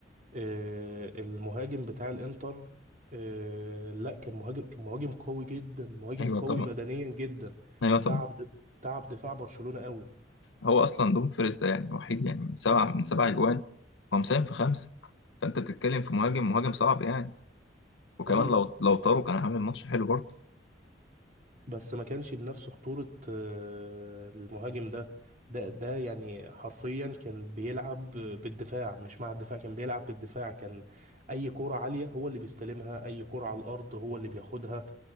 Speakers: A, on the right; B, on the left.
A: آه، المهاجم بتاع الانتر آه، لا كان مهاجم كان مهاجم قوي جدا مهاجم
B: ايوه
A: قوي
B: طبعا
A: بدنيا جدا
B: ايوه طبعا
A: تعب د- تعب دفاع برشلونة قوي
B: هو اصلا دوم فيرست ده يعني وحيد يعني من سبعه من سبع اجوان هو مساهم في خمسه فانت بتتكلم في مهاجم مهاجم صعب يعني وكمان
A: ايوه
B: لو لو طاروا كان هيعمل ماتش حلو برضه
A: بس ما كانش بنفس خطورة آه، المهاجم ده ده ده يعني حرفيا كان بيلعب بالدفاع مش مع الدفاع كان بيلعب بالدفاع كان اي كرة عالية هو اللي بيستلمها اي كرة على الارض هو اللي بياخدها